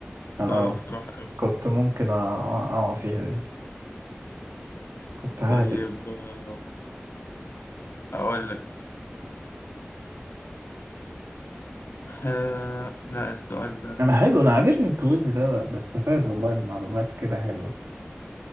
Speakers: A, on the right; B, on the left.
A: أنا
B: أه بصراحة أوي.
A: كنت ممكن أقع فيها دي كنت ههبد
B: طيب آه، أقول لك آه لا السؤال ده
A: انا حلو انا عاجبني الكويز ده بستفاد والله بمعلومات كده حلوه